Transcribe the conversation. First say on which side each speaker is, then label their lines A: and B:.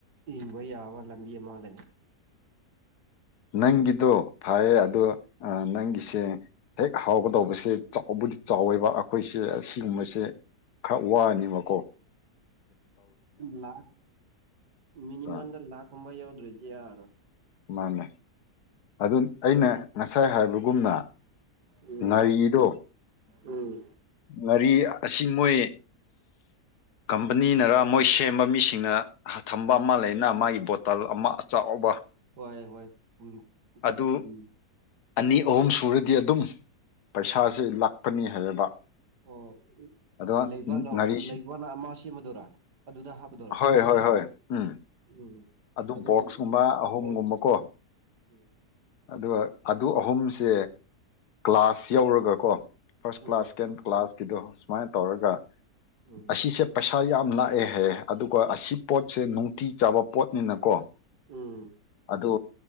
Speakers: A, on the right (about 85°); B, on the left (about 75°).
A: ꯏꯪꯕ ꯌꯥꯕ ꯂꯝꯕꯤ ꯑꯃ ꯂꯩ
B: ꯅꯪꯒꯤꯗꯣ ꯐꯌꯦ ꯑꯗꯣ ꯅꯪꯒꯤꯁꯦꯜ ꯅꯪꯅ ꯅꯗ ꯈꯔꯗ ꯍꯦꯛ ꯍꯥꯎꯒꯗꯧꯕꯁꯦ ꯆꯥꯎꯕꯨꯗꯤ ꯆꯥꯎꯋꯦꯕ ꯑꯩꯈꯣꯏꯁꯦ ꯑꯁꯤꯒꯨꯝꯕꯁꯦ ꯈ ꯋꯥꯅꯤꯃꯀꯣ
A: ꯂ ꯃꯤꯅꯤꯃꯝꯗ
B: ꯑ
A: ꯂꯥꯈ ꯀꯝꯕ ꯌꯥꯎꯗ꯭ꯔꯔꯤꯁꯤ ꯌꯥꯔꯣ
B: ꯃꯥꯅꯦ ꯑꯗꯨ ꯑꯩꯅ ꯉꯁꯥꯏ ꯍꯥꯏꯕꯒꯨꯝꯅ
A: ꯎꯝ
B: ꯉꯥꯔꯤꯗꯣ
A: ꯎꯝ
B: ꯉꯥꯔꯤ ꯑꯁꯤ ꯃꯣꯏ ꯀꯝꯄꯅꯤꯅꯔ ꯃꯣꯏ ꯁꯦꯝꯕ ꯃꯤꯁꯤꯡꯅ ꯊꯝꯕ ꯑꯃ ꯂꯩꯅ ꯃꯥꯒꯤ ꯕꯣꯇꯜ ꯑꯃ ꯑꯆꯥꯎꯕ
A: ꯍꯣꯏ ꯍꯣꯏ ꯎꯝ
B: ꯑꯗꯨ
A: ꯎꯝ
B: ꯑꯅꯤ ꯑꯍꯨꯝ ꯁꯨꯔꯗꯤ ꯑꯗꯨꯝ ꯄꯩꯁꯥꯁꯦ ꯂꯥꯛꯄꯅꯤ ꯍꯥꯏꯌꯦꯕ
A: ꯑꯣ ꯎ
B: ꯑꯗꯣ
A: ꯂꯩꯕ
B: ꯉꯥꯔꯤꯁꯤ
A: ꯂꯩꯕꯅ ꯑꯃ ꯁꯦꯝꯃꯗꯣꯏꯔꯥ ꯑꯗꯨꯗ ꯍꯥꯞꯄꯗꯣꯏꯔꯥ
B: ꯍꯣꯏ ꯍꯣꯏ ꯍꯣꯏ ꯎꯝ
A: ꯎꯝ
B: ꯑꯗꯨ
A: ꯑꯗꯨꯒꯤ
B: ꯕꯣꯛꯁꯀꯨꯝꯕ ꯑꯍꯨꯝꯒꯨꯝꯕꯀꯣ
A: ꯍꯣꯞꯁ ꯎꯝ
B: ꯑꯗꯨꯒ ꯑꯗꯨ ꯑꯍꯨꯝꯁꯦ ꯀ꯭ꯂꯥꯁ ꯌꯧꯔꯒ ꯀꯣ ꯐꯥꯔꯁ
A: ꯎꯝ
B: ꯀ꯭ꯂꯥꯁ ꯁꯦꯀꯦꯟ ꯀ꯭ꯂꯥꯁꯀꯤꯗꯣ ꯁꯨꯃꯥꯏꯅ ꯇꯧꯔꯒ
A: ꯎꯝ
B: ꯑꯁꯤꯁꯦ ꯄꯩꯁ ꯏꯁꯥ ꯌꯥꯝ ꯂꯥꯛꯑꯦꯍ ꯑꯗꯨꯒ ꯑꯁꯤ ꯄꯣꯠꯁꯦ ꯅꯨꯡꯇꯤ ꯆꯥꯕ ꯄꯣꯠꯅꯤꯅꯀꯣ
A: ꯎꯝ
B: ꯑꯗ